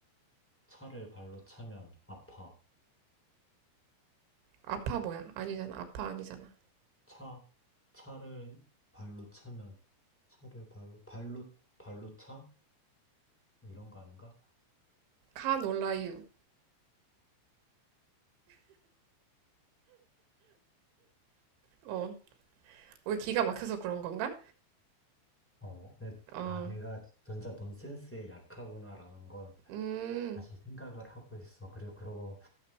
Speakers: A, in the centre; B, on the right.
A: 차를 발로 차면 아파.
B: 아파 뭐야? 아니잖아. 아파 아니잖아.
A: 차 차를 발로 차면 차를 발로 발로 발로 차? 뭐 이런 거 아닌가?
B: 카놀라유. 어, 왜 기가 막혀서 그런 건가?
A: 어, 내,
B: 어,
A: 아, 내가 진짜 넌센스에 약하구나라는 걸
B: 음,
A: 다시 생각을 하고 있어. 그리고 그러고